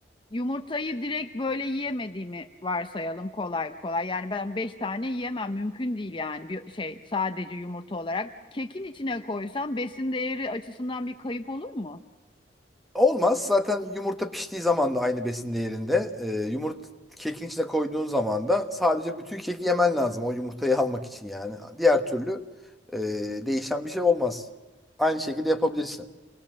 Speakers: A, on the left; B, in the centre.
A: yumurtayı direkt böyle yiyemediğimi varsayalım kolay kolay. Yani ben 5 tane yiyemem mümkün değil yani bir şey sadece yumurta olarak. Kekin içine koysam besin değeri açısından bir kayıp olur mu?
B: olmaz. Zaten yumurta piştiği zaman da aynı besin değerinde. E, yumurta kekin içine koyduğun zaman da sadece bütün keki yemen lazım o yumurtayı almak için yani. Diğer türlü e, değişen bir şey olmaz. Aynı şekilde yapabilirsin.